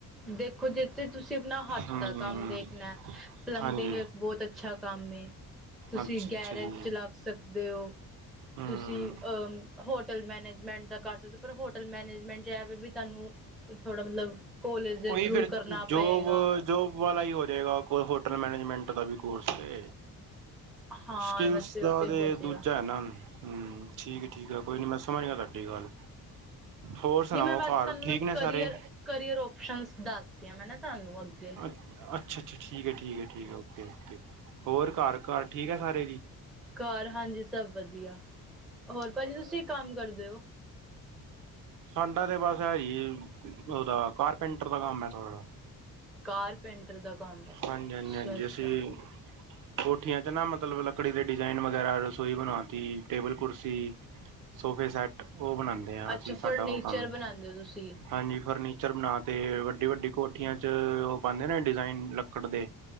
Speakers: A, in the centre; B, on the right.
A: ਦੇਖੋ ਜਿੱਸ ਚ ਤੁਸੀਂ ਆਪਣਾ ਹੱਥ
B: ਹਮ
A: ਦਾ ਕੰਮ ਦੇਖਣਾ। ਪਲਬਿੰਗ
B: ਹਾਂਜੀ
A: ਇੱਕ ਬਹੁਤ ਅੱਛਾ ਕੰਮ ਐ। ਤੁਸੀਂ
B: ਅੱਛਾ
A: ਗੈਰੇਜ
B: ਅੱਛਾ ਜੀ
A: ਚ ਲੱਗ ਸਕਦੇ ਹੋ
B: ਹਮ
A: ਤੁਸੀਂ ਅਹ। ਹੋਟਲ ਮੈਨੇਜਮੈਂਟ ਦਾ ਕਰ ਸਕਦੇ ਹੋ, ਪਰ ਹੋਟਲ ਮੈਨੇਜਮੈਂਟ ਚ ਵੀ ਤੁਹਾਨੂੰ ਥੋੜ੍ਹਾ ਮਤਲਬ। ਕੋਲਜ ਦੇ
B: ਉਹੀ
A: ਥਰੂ
B: ਫੇਰ
A: ਕਰਨਾ
B: ਜੋਬ-
A: ਪਏਗਾ
B: ਜੋਬ। ਵਾਲਾ ਹੀ ਹੋ ਜੇਗਾ, ਕੋਈ ਹੋਟਲ ਮੈਨੇਜਮੈਂਟ ਦਾ ਵੀ ਕੋਰਸ ਏ।
A: ਹਾਂ
B: ਸਕਿੱਲਸ
A: ਵੈਸੇ
B: ਦਾ
A: ਉਹ
B: ਤੇ
A: ਹੋ ਜਾਏਗਾ
B: ਦੂਜਾ ਐ ਨਾ। ਹੂੰ, ਠੀਕ ਆ ਠੀਕ ਆ ਕੋਈ ਨੀ ਮੈਂ ਸਮਝ ਗਿਆ ਨਾ ਤੁਹਾਡੀ ਗੱਲ। ਹੋਰ ਸੁਣਾਓ
A: ਨਹੀਂ ਮੈਂ ਵੈਸੇ
B: ਘਰ
A: ਤੁਹਾਨੂੰ
B: ਠੀਕ
A: ਮਤਲਬ
B: ਨੇ
A: ਕਰੀਅਰ-ਕਰੀਅਰ,
B: ਸਾਰੇ
A: ਓ ਦੱਸਦੀ ਹਾਂ ਮੈਂ ਨਾ ਤੁਹਾਨੂੰ ਅੱ।
B: ਅੱ ਅੱਛਾ-ਅੱਛਾ ਠੀਕ ਐ ਠੀਕ ਐ ਠੀ ਐ ਓਕੇ -ਓਕੇ ਹੋਰ ਘਰ-ਘਰ ਠੀਕ ਐ ਸਾਰੇ ਜੀ।
A: ਘਰ ਹਾਂਜੀ ਸਭ ਵਧੀਆ ਹੋਰ ਭਾਜੀ ਤੁਸੀਂ ਇੱਕ ਕੰਮ ਕਰਦੇ ਹੋ।
B: ਸਾਡਾ ਤੇ ਬਸ ਇਹੀ ਜੀ ਉਹਦਾ ਕਾਰਪੈਂਟਰ ਦਾ ਕੰਮ ਹੈ ਥੋੜਾ ਜਾ।
A: ਕਾਰਪੈਂਟਰ ਦਾ ਕੰਮ ਹੈ
B: ਹਾਂਜੀ ਹਾਂਜੀ
A: ਅੱਛਾ-ਅੱਛਾ।
B: ਹਾਂਜੀ ਅਸੀਂ ਕੋਠੀਆਂ ਚ ਨਾ ਮਤਲਬ ਲੱਕੜੀ ਦੇ ਡਿਜ਼ਾਇਨ ਵਗੈਰਾ ਰਸੋਈ ਬਣਾਤੀ ਟੇਬਲ ਕੁਰਸੀ। ਸੋਫੇ ਸੈਟ ਉਹ ਬਣਾਂਦੇ ਆ
A: ਅੱਛਾ
B: ਅਸੀਂ ਸਾਡਾ
A: ਫਰਨੀਚਰ
B: ਉਹ ਕੰਮ
A: ਬਣਾਉਂਦੇ ਹੋ ਤੁਸੀਂ
B: ਹਾਂਜੀ ਫਰਨੀਚਰ। ਬਣਾ ਤੇ ਵੱਡੀ ਵੱਡੀ ਕੋਠੀਆਂ ਚ ਉਹ ਪਾਂਦੇ ਨੇ ਡਿਜ਼ਾਇਨ ਲੱਕੜ ਦੇ।